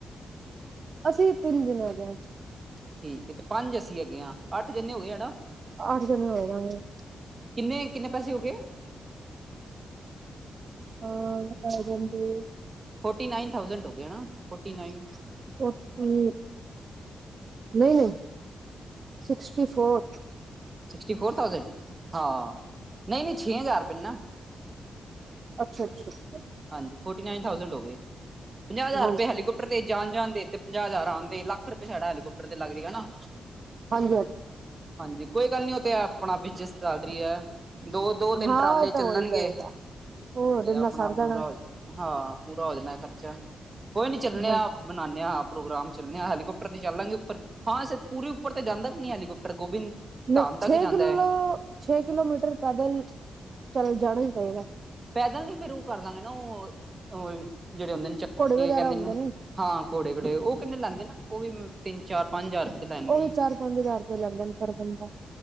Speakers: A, on the right; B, on the right.
A: ਅਸੀ ਤਿਨ ਜਿਨੇ ਹੈਗੇ ਆ।
B: ਠੀਕ ਏ ਤੇ ਪੰਜ ਅਸੀ ਹੈਗੇ ਆ ਅੱਠ ਜਣੇ ਹੋ ਗੇ ਹਣਾ।
A: ਅੱਠ ਜਨੇ ਹੋ ਜਾਨਗੇ।
B: ਕਿਨੇ ਕਿਨੇ ਪੈਸੇ ਹੋ ਗੇ?
A: ਹਾਂ ਆ ਜੰਗੇ।
B: ਫੋਟੀ ਨਾਈਨ ਥਾਉਜ਼ਐਂਡ ਹੋ ਗਏ ਫੋਟੀ ਨਾਈਨ।
A: ਫੋਟੀ ਨਈ ਨਈ sixty four.
B: Sixty four thousand ਹਾਂ ਨਈ ਨਈ ਛੇ ਹਜਾਰ ਰੁਪੇ ਨੇ ਨਾ।
A: ਅਛਾ- ਅਛਾ।
B: ਹਾਂਜੀ ਫੋਟੀ ਨਾਈਨ ਥਾਊਜੈਂਡ ਹੋ ਗੇ ਪੰਜਾ ਹਜਾਰ
A: ਹਾਂਜੀ
B: ਰੁਪੇ ਹੈਲੀਕੋਪ ਦੇ ਜਾਨ ਜਾਨ ਦੇ ਤੇ ਪੰਜਾ ਹਜਾਰ ਆਨਦੇ ਲੱਖ ਰੁਪੇ ਸਾਡਾ ਹੈਲੀਕੋਪਟਰ ਤੇ ਲੱਗ ਜੇਗਾ ਹੈਨਾ।
A: ਪੰਜ।
B: ਹਾਂਜੀ ਕੋਈ ਗੱਲ ਨੀ ਓ ਤੇ ਆਪਣਾ ਬਿਜਨਸ ਸਟਾਟਰੀ ਐ। ਦੋ ਦੋ ਤਿੰਨ
A: ਹਾਂ
B: ਟ੍ਰਰਾਲੇ
A: ਉਹ ਤਾਂ
B: ਚਲਨਗੇ
A: ਹੋ ਹੀ ਜਾਏਗਾ
B: ਤੇ
A: ਹੋਰ ਇੰਨਾ
B: ਅਪਨਾ
A: ਸਰ ਜਾਣਾ
B: ਹਾਂ ਪੂਰਾ ਹੋ ਜਨਾ ਖਰਚਾ ਕੋਈ ਨੀ ਚੱਲਨੇ
A: ਹਾਂਜੀ
B: ਆ ਬਨਾਨੇ ਆ ਪ੍ਰੋਗਰਾਮ ਚੱਲਨੇ ਆ ਹੈਲੀਕੋਪਟਰ ਤੇ ਚੱਲਾਂਗੇ ਉੱਪਰ। ਹਾਂ ਸ ਪੂਰੇ ਉਪਰ ਤੇ ਜਾਂਦਾ ਵੀ ਨੀ ਹੈਲੀਕੋਪਟਰ ਗੋਬਿੰਦ ਧਾਮ
A: ਨਈ
B: ਤੱਕ
A: ਛੇ
B: ਹੀ ਜਾਂਦਾ
A: ਕਿਲੋ
B: ਐ।
A: ਛੇ ਕਿਲੋਮੀਟਰ ਪੈਦਲ ਚੱਲ ਜਾਣਾ ਈ ਪਏਗਾ।
B: ਪੈਦਲ ਨੀ ਫੇਰ ਓ ਕਰ ਲਾਂਗੇ ਨਾ ਓ ਜੇੜੇ ਹੁੰਦੇ ਨੇ ਚ
A: ਘੋੜੇ
B: ਕਿ
A: ਵਗੈਰਾ
B: ਕੈਂਦੇ
A: ਹੁੰਦੇ
B: ਨੇ ਓਨੂੰ ਹਾਂ ਘੋੜੇ -ਘਾੜੇ ਉਹ ਕਿੰਨੇ ਲੈਂਦੇ ਨਾ ਉਹ ਵੀ ਤਿੰਨ- ਚਾਰ, ਪੰਜ ਹਜ਼ਾਰ। ਤੇ ਲੈਣਗੇ
A: ਉਹ ਵੀ ਚਾਰ, ਪੰਜ ਹਜ਼ਾਰ ਰੁਪਏ ਲੈਂਦਾ ਪਰ ਬੰਦਾ